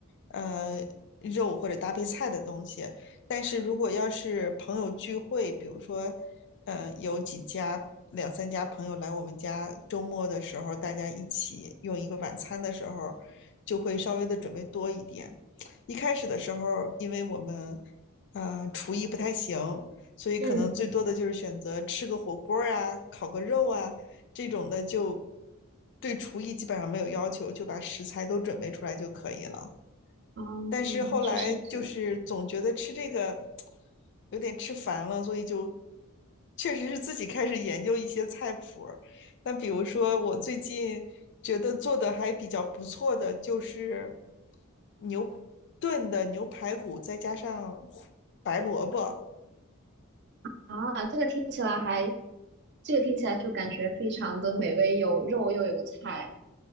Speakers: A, on the left; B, on the right.
A: 呃肉或者搭配菜的东西。但是如果要是朋友聚会，比如说呃有几家两三家朋友来我们家，周末的时候大家一起用一个晚餐的时候，就会稍微的准备多一点。一开始的时候，因为我们呃厨艺不太行。所以可能最多的就是选择吃个火锅啊、
B: 嗯
A: 烤个肉啊这种的，就对厨艺基本上没有要求，就把食材都准备出来就可以了。
B: 嗯，
A: 但是后来就是总觉得吃这个
B: 说是这
A: 有点吃烦了，所以就确实是自己开始研究一些菜谱那比如说我最近觉得做的还比较不错的就是牛炖的牛排骨，再加上胡白萝卜。
B: 啊，这个听起来还，这个听起来就感觉非常的美味，有肉又有菜。